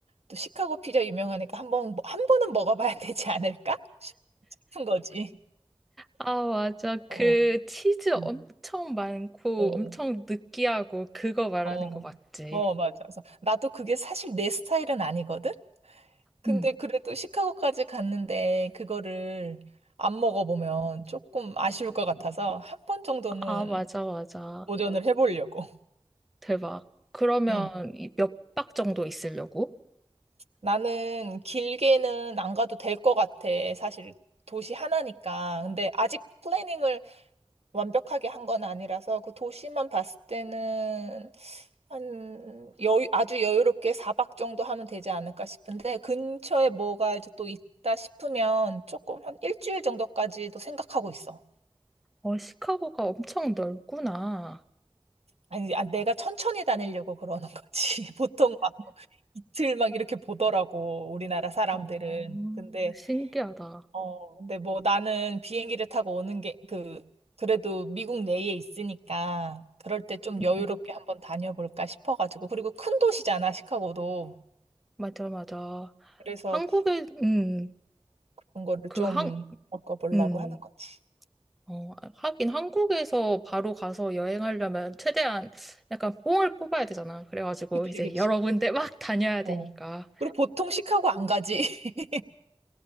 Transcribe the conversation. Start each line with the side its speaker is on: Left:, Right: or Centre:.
Right: 또 시카고 피자 유명하니까 한 번, 한 번은 먹어봐야 <laughs> 되지 않을까 싶은 거지.
Centre: 아, 맞아. 그
Right: 어,
Centre: 치즈
Right: 음,
Centre: 엄청 많고
Right: 어.
Centre: 엄청 느끼하고 그거 말하는
Right: 어,
Centre: 거 맞지?
Right: 어, 맞아. 그래서 나도 그게 사실 내 스타일은 아니거든? 근데
Centre: 응.
Right: 그래도 시카고까지 갔는데 그거를 안 먹어보면 조금 아쉬울 것 같아서 한 번 정도는
Centre: 아, 맞아, 맞아.
Right: 도전을 해보려고.
Centre: 대박. 그러면
Right: 음.
Centre: 몇 박 정도 있으려고?
Right: 나는 길게는 안 가도 될 것 같아. 사실 도시 하나니까. 근데 아직 플래닝을 완벽하게 한 건 아니라서 그 도시만 봤을 때는 한 여유 아주 여유롭게 4박 정도 하면 되지 않을까 싶은데 근처에 뭐가 이제 또 있다 싶으면 조금 한 일주일 정도까지도 생각하고 있어.
Centre: 어, 시카고가 엄청 넓구나.
Right: 아니, 아, 내가 천천히 다니려고 그러는 거지. <laughs> 보통 막뭐 이틀 막 이렇게 보더라고, 우리나라 사람들은.
Centre: 어,
Right: 근데,
Centre: 신기하다.
Right: 어, 근데 뭐 나는 비행기를 타고 오는 게, 그, 그래도 미국 내에 있으니까 그럴 때 좀 여유롭게
Centre: 음,
Right: 한번 다녀볼까 싶어가지고. 그리고 큰 도시잖아, 시카고도.
Centre: 맞아, 맞아.
Right: 그래서
Centre: 한국에, 음,
Right: 그런 거를
Centre: 그
Right: 좀
Centre: 한,
Right: 바꿔보려고
Centre: 음,
Right: 하는 거지.
Centre: 어, 하긴 한국에서 바로 가서 여행하려면 최대한 약간 뽕을 뽑아야 되잖아. 그래가지고
Right: 그치,
Centre: 이제
Right: 그치.
Centre: 여러 군데 <laughs> 막 다녀야 되니까.
Right: 어. 그리고 보통 시카고 안 가지. <laughs>